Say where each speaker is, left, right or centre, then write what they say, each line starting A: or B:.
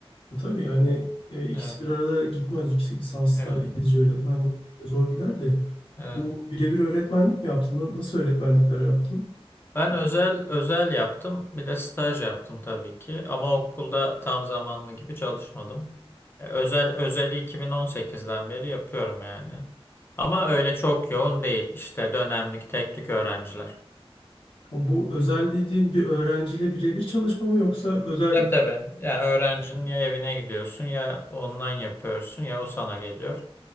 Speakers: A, on the left; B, on the left.
A: Ya tabii yani e, ikisi
B: Evet,
A: bir arada gitmez. Yüksek lisansla
B: evet,
A: İngilizce öğretmenlik de zor gider de.
B: evet.
A: Bu birebir öğretmenlik mi yaptın? Na- Nasıl öğretmenlikler yaptın?
B: Ben özel özel yaptım. Bir de staj yaptım tabii ki. Ama okulda tam zamanlı gibi çalışmadım. E, Özel özeli 2018'den beri yapıyorum yani. Ama öyle çok yoğun değil. İşte dönemlik tek tük öğrenciler.
A: Ha, Bu özel dediğin bir öğrenciyle birebir çalışma mı yoksa özel
B: Tabii tabii. Ya öğrencinin ya evine gidiyorsun ya online yapıyorsun ya o sana geliyor.